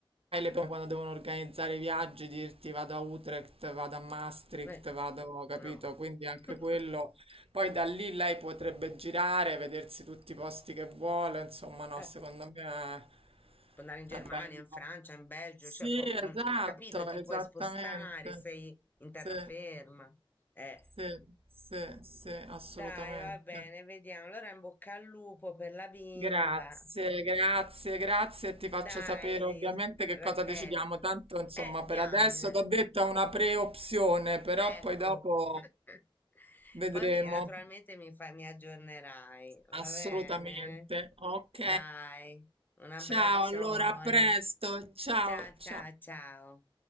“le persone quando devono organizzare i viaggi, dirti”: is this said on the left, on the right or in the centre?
Right